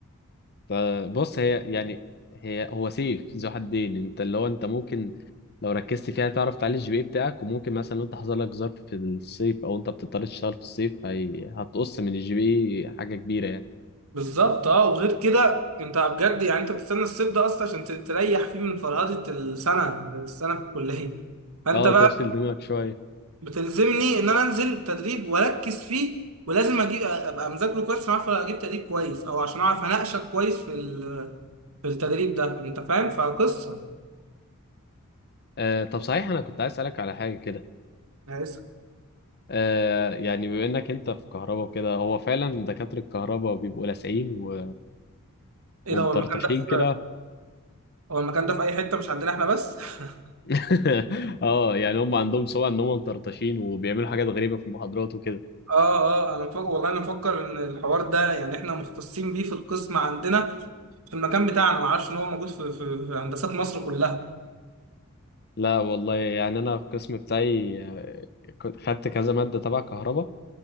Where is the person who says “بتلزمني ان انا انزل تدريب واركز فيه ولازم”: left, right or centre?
Right